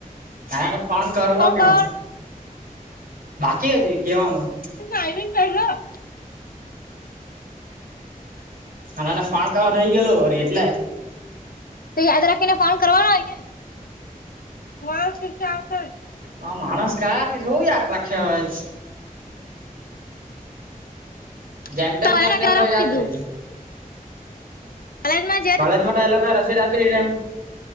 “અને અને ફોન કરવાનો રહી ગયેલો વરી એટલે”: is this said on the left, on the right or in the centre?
Right